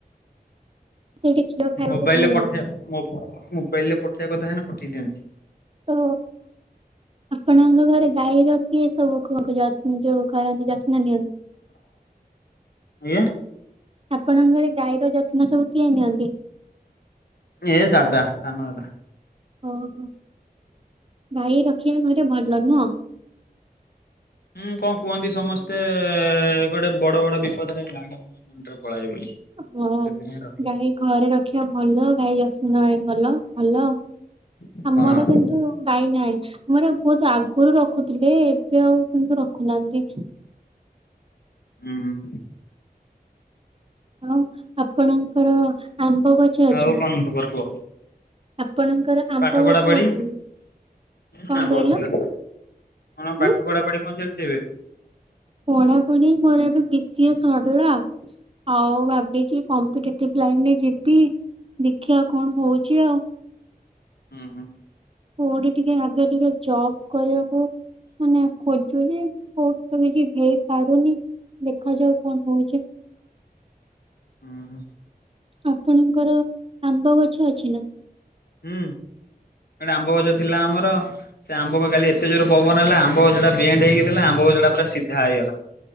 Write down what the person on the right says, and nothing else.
<unintelligible>
ଭଲ ଲାଗେ
ତ ଆପଣଙ୍କ ଘରେ ଗାଈ ର କିଏ ସବୁ <unintelligible> ଯୋଉ କରନ୍ତି ଜତ୍ନ ନିଅନ୍ତି।
ଆପଣଙ୍କ ଘରେ ଗାଈର ଯତ୍ନ ସବୁ କିଏ ନିଅନ୍ତି?
ଓହୋ ଗାଈ ରଖିବା ଘରେ ଭଲ ନୁହଁ।
ହଁ
ଗାଈ ଘରେ ରଖିବା ଭଲ ଗାଈ ଯତ୍ନ ନବା ଭଲ ଭଲ।
ଆମର ଗାଈ ନାହିଁ ମୋର ବହୁତ ଆଗରୁ ରଖୁଥିଲେ ଏବେ ଆଉ କିନ୍ତୁ ରଖୁନାହାନ୍ତି।
ହଁ ଆପଣଙ୍କର ଆମ୍ବ ଗଛ ଅଛି
ନା
ଆପଣ
ଆପଣଙ୍କର ଆମ୍ବ
ଗଛ
ଅଛି କଣ
କହିଲ?
ହୁଁ
ପଢା ପଢ଼ି ମୋର ଏବେ ବି ସି ଏ ସରିଲା ଆଉ ଭାବିଛି। କମ୍ପିଟେଟିଭ ଲାଇନରେ ଯିବି ଦେଖିବା କଣ ହଉଛି ଆଉ।
କୋଉଠି ଟିକେ ଆଗେ ଟିକେ ଜବ କରିବାକୁ। ମାନେ ଖୋଜୁଛି ଯେ କୋଉଠି ତ କିଛି ହେଇପାରୁନି ଦେଖାଯାଉ କଣ ହଉଛି?
ଆପଣଙ୍କର ଆମ୍ବ ଗଛ ଅଛି ନା?